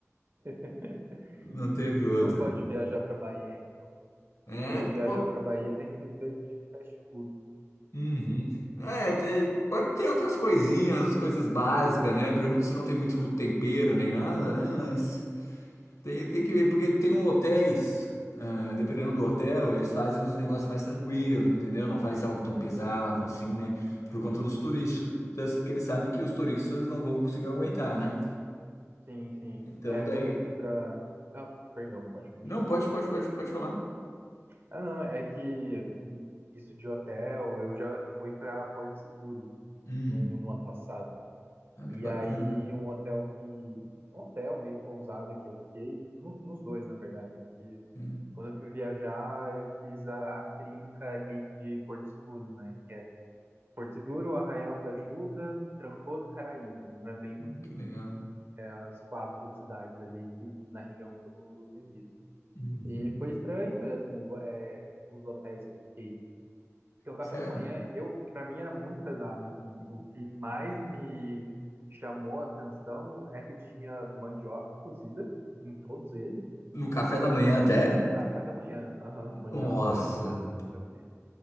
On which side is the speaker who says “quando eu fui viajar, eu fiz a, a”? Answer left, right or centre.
Right